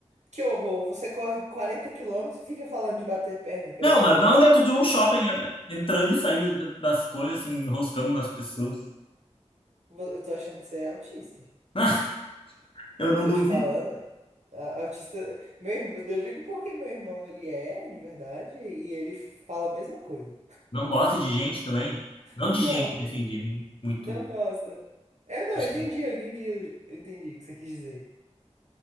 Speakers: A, on the right (about 80°); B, on the left (about 50°).
A: Que horror! Você corre 40 quilômetros e fica falando de bater perna, que
B: Não,
A: horror!
B: mas não dentro de um shopping, eh, entrando e saindo de- das coisas, assim, enroscando nas pessoas.
A: <laughs> Eu tô achando que você é autista.
B: <laughs> Eu não
A: Tô
B: duvido.
A: te falando, a artista. Meu irmão, eu digo porque meu irmão ele é de verdade e ele fala a mesma coisa.
B: Não gosta de gente também? Não
A: Não,
B: de gente,
A: não
B: assim, de muito.
A: não gosta. É, não,
B: assim.
A: eu entendi, eu entendi, eu entendi o que você quis dizer.